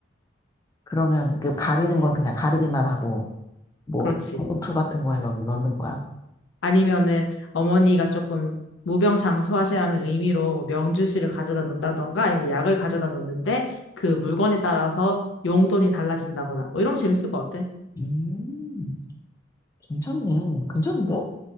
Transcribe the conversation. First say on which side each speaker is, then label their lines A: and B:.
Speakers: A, on the left; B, on the left.
A: 그러면 그 가리는 건 그냥 가리기만 하고, 뭐,
B: 그렇지.
A: 봉투 같은 거에 넣, 넣는 거야?
B: 아니면은 어머니가 조금 무병장수하시라는 의미로 명주실을 가져다 놓는다던가 아니면 약을 가져다 놓는데 그 물건에 따라서 용돈이 달라진다거나 뭐 이러면 재밌을 것 같아.
A: 음, 괜찮네. 괜찮은데?